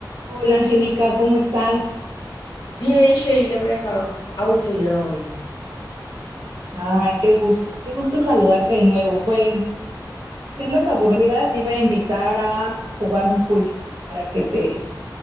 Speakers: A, on the right (about 70°); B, on the left (about 75°).
A: Hola Angélica, ¿cómo estás?
B: Bien, Sheila, por acá. Aburrida hoy.
A: Ay, qué gusto, qué gusto saludarte de nuevo. Pues, si andas aburrida, te iba a invitar a jugar un quiz para que te